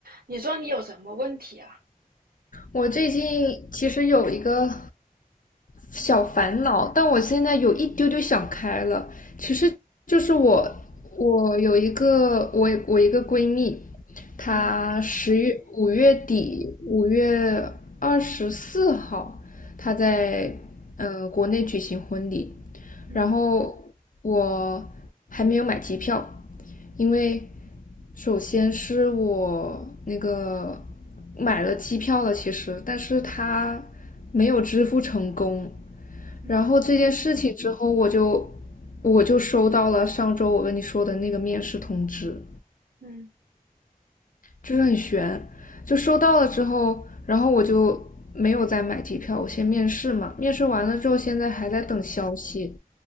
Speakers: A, on the right; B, on the left.
A: 你说你有什么问题啊？
B: 我最近其实有一个小烦恼，但我现在有一丢丢想开了，就是我，我有一个我我一个闺蜜，她十月五月底五月二十四号，
A: 嗯
B: 她在嗯国内举行婚礼，
A: 嗯嗯
B: 然后我还没有买机票，因为首先是我那个买了机票了，其实，但是她没有支付成功，
A: 嗯
B: 然后这件事情之后，我就我就收到了上周我跟你说的那个面试通知，
A: 嗯
B: 就是很悬，就收到了之后，然后我就没有再买机票，我先面试嘛，面试完了之后，现在还在等消息，